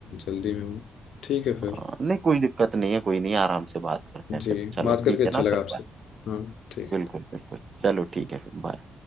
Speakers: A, on the left; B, on the right.
A: जल्दी में हूँ ठीक है फिर
B: हाँ, नहीं कोई दिक्कत नहीं है कोई नहीं आराम से बात करते
A: जी
B: हैं फिर चलो
A: बात
B: ठीक
A: करके अच्छा
B: है ना
A: लगा
B: फिर
A: आपसे
B: बाय
A: हाँ ठीक
B: बिल्कुल बिल्कुल चलो ठीक है फिर बाय